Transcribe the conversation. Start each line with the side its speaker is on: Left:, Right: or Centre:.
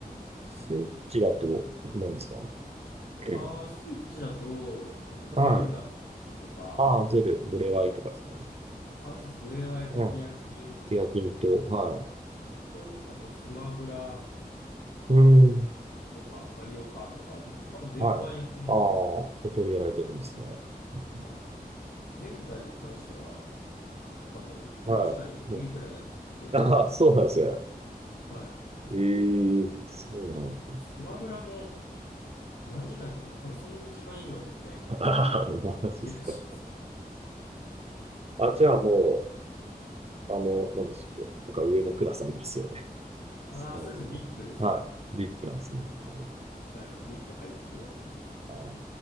Right: スイッチだと何ですかう
Left: えあー、
Right: ん
Left: スイッチだと、えっと、ゼルダ
Right: はい。
Left: とか、
Right: ああ、ゼル、ブレワイとかですか
Left: アースブレワイト、
Right: うん。
Left: ティアキン、
Right: ケヤキンと、はい。
Left: はい、と、あと、スマブラ、
Right: うん。
Left: えーとか、マリオカートとか、多分全般やってますね。
Right: はい。ああ、一通りやられてるんですね。うん
Left: はい。ゼルダに関しては、多分、プレイ時間えぐいぐらいやってる。
Right: はい。ねあ <laughs> あ、そうなんですよ。
Left: はい。
Right: ええそうなんだ。
Left: あスマブラも何時間やってるの多分1000時間以上は絶対やってる
Right: <laughs> ああ、マジっすか。
Left: 気がします。
Right: あ、じゃあもう、あの、なんでしたっけ。なんか上のクラスありますよね。
Left: ああ、
Right: スマホ
Left: そうですね。VIP ですね。
Right: の。はい。リップなんですね。お
Left: はい。VIP 入ってやってます。
Right: あー